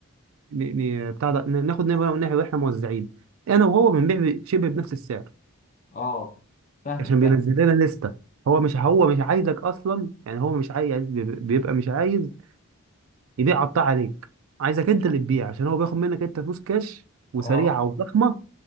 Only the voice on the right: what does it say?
ن- ن- بتاع ده ن- ناخد نبرة من ناحية واحنا موزعين أنا وهو بنبيع شبه بنفس السعر
عشان بينزل
لنا لستة هو مش هو مش عايزك أصلا يعني هو مش عايز بيبقى مش عايز يبيع قطاع عليك عايزك أنت اللي تبيع عشان هو بياخد منك أنت فلوس كاش وسريعة
وضخمة